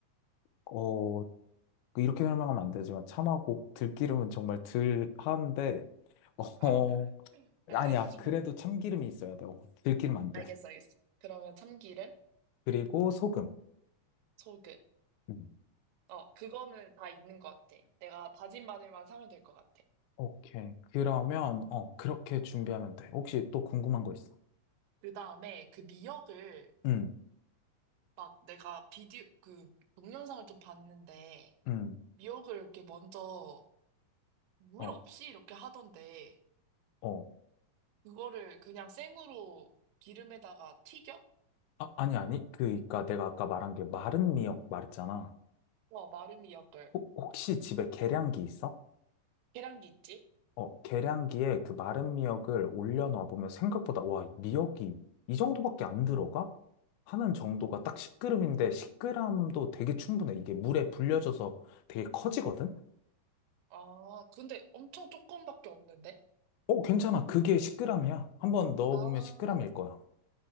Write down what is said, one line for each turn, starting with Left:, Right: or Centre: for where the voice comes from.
Left: 어, 그 이렇게 설명하면 안 되지만, 참하고 들기름은 정말 들한데, 어,
Right: 아, <laughs> 알겠어.
Left: 아니야. 그래도 참기름이 있어야 돼. 어, 들기름 안 돼.
Right: 알겠어, 알겠어. 그러면 참기름,
Left: 그리고 소금.
Right: 소금.
Left: 음.
Right: 어, 그거는 다 있는 것 같아. 내가 다진 마늘만 사면 될 것 같아.
Left: 오케이. 그러면, 어, 그렇게 준비하면 돼. 혹시 또 궁금한 거 있어?
Right: 그 다음에 그 미역을
Left: 응,
Right: 막 내가 비디오, 그 동영상을 좀 봤는데
Left: 응,
Right: 미역을 이렇게 먼저 물
Left: 어,
Right: 없이 이렇게 하던데
Left: 어.
Right: 그거를 그냥 생으로 기름에다가 튀겨?
Left: 아, 아니, 아니. 그니까 내가 아까 말한 게 마른 미역 말했잖아.
Right: 와, 마른 미역을.
Left: 혹, 혹시 집에 계량기 있어?
Right: 계란기 있지?
Left: 어, 계량기에 그 마른 미역을 올려놔 보면 생각보다, 와, 미역이 이 정도밖에 안 들어가? 하는 정도가 딱 10g인데 10g도 되게 충분해. 이게 물에 불려져서 되게 커지거든?
Right: 아, 근데 엄청 조금밖에 없는데?
Left: 어, 괜찮아. 그게 10g이야. 한번 넣어보면
Right: 아,
Left: 10g일 거야.